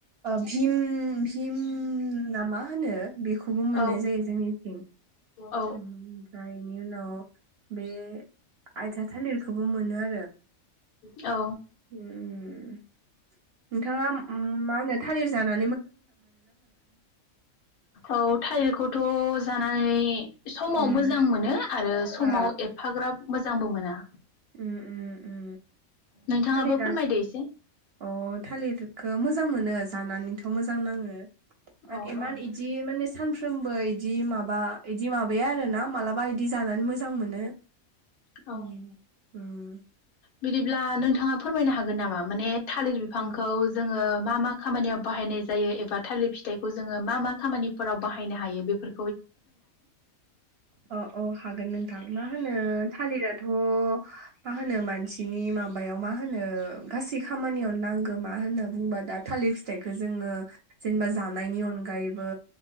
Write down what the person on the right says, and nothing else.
भिम <unintelligible> मा होनो बे बे खौबो मोननाय
जायो जोंनिथिं।
ओमफ्राय बेनि उनाव बे आयथ थालिर खौबो मोनो आ
उम नोंथाङा मा होनो थालिर जानाय
उम
ओ
उम उम उम
थालिरा
अ थालिरखौ मोजां मोनो। जानानैथ' मोजां नाङो। आरो
इान
इदि माने सानफ्रोमबो इदि माबा इदि माबाया आरो ना मालाबा इदि जानानै मोजां मोनो
उम उम।
उम
अ अ हागोन नोंथां मा होनो थालिराथ' मा होनो मानसिनि माबायाव मा होनो गासै खामानियाव नांगौ मा होनो बुंबा दा थालिर फिथाइखो जोङो जेनेबा जानायनि अनगायै बो